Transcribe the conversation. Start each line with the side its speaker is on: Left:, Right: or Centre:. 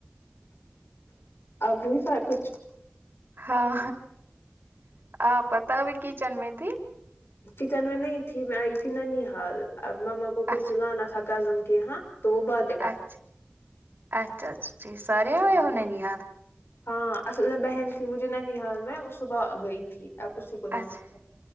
Left: ابوی سارا کچھ
Right: ہاں آ پتا ابھی کچن میں تھی
Left: چچن میں نہیں تھی میں آئی تھی نن حال اب مما کو کچھ
Right: اچھا
Left: لانا تھا کزم کے یہاں تو بعد
Right: اچھا اچھا اچھا جٹھ سارے آئے
Left: ہاں
Right: ہو ننیھال
Left: ہاں اصل میں بہن تھی مجھے ننی حال میں وہ صبح گئی تھی ایپ اسسی کو ل آ
Right: اچھا
Left: لا